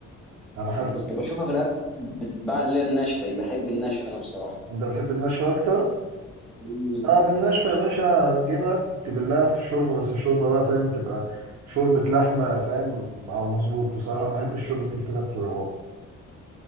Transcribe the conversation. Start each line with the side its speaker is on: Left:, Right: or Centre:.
Right: على حسب
Centre: انا كنت بشوفها في الاكل بتتباع اللي هي الناشفة دي بحب الناشفة انا بصراحة
Right: أنت بتحب الناشفة أكتر
Centre: مم،
Right: أه بالناشفة يا باشا هتجيبها تبلها في الشوربة بس الشوربة بقى فاهم تبقى شوربة لحمة فاهم على المظبوط بصراحة بحب الشوربة اللي بتبقى في الرواق